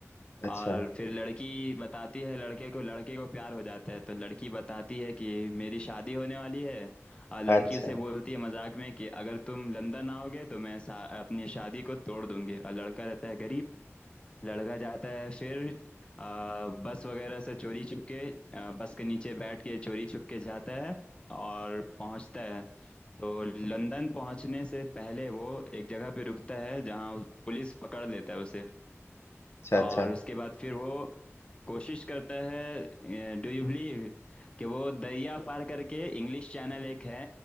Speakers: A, on the left; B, on the left.
A: अच्छा अच्छा
B: और फिर लड़की बताती है लड़के को लड़के को प्यार हो जाता है तो लड़की बताती है कि मेरी शादी होने वाली है और लड़की
A: अच्छा अच्छा
B: उसे बोलती है मजाक में कि अगर तुम लंदन आओगे तो मैं शा, अपनी शादी को तोड़ दूंगी और लड़का रहता है गरीब लड़का जाता है फिर आ, बस वगैरह से चोरी छुप के आ, बस के नीचे बैठ के चोरी छुप के जाता है और पहुंचता है तो लंदन पहुंचने से पहले वो एक जगह पे रुकता है जहां पुलिस पकड़ लेता है उसे
A: अच्छा अच्छा
B: और उसके बाद फिर वो कोशिश करता है डू यू बिलीव कि वो दरिया पार करके इंग्लिश चैनल एक है